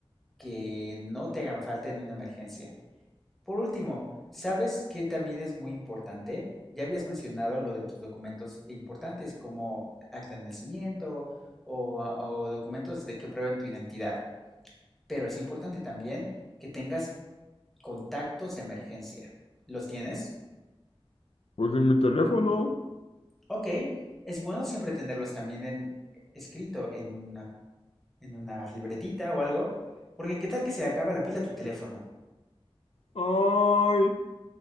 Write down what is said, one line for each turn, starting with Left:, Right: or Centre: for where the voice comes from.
Centre: que no te hagan falta en una emergencia. Por último, ¿sabes qué también es muy importante? Ya habías mencionado lo de tus documentos importantes, como acta de nacimiento o, ah, o documentos de que prueben tu identidad, pero es importante también que tengas contactos de emergencia. ¿Los tienes?
Left: Pues en mi teléfono.
Centre: Ok, es bueno siempre tenerlos también en, eh, escrito en una, en una libretita o algo, porque qué tal que se acaba la pila de tu teléfono.
Left: Ay,